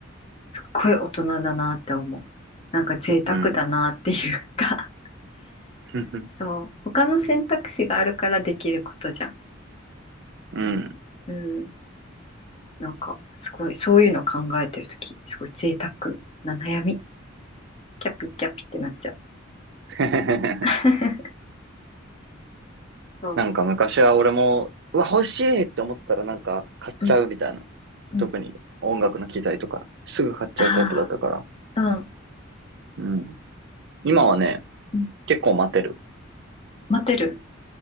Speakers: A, on the left (about 30°); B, on the right (about 60°).
A: すっごい大人だなって思う。なんか贅沢だなっていうか
B: うん。<laughs>
A: <laughs> そう。他の選択肢があるからできることじゃん。
B: うん。
A: うん。なんか、すごい、そういうの考えてるとき、すごい贅沢な悩み。キャピキャピってなっちゃう。
B: <laughs>
A: <laughs> そう。
B: なんか昔は俺も、うわ、欲しいって思ったらなんか買っちゃうみたいな。
A: うん。うん。
B: 特に音楽の機材とか、すぐ買っちゃうタイプだったから。
A: ああ。うん。
B: うん。今はね、
A: うん
B: 結構待てる。
A: 待てる。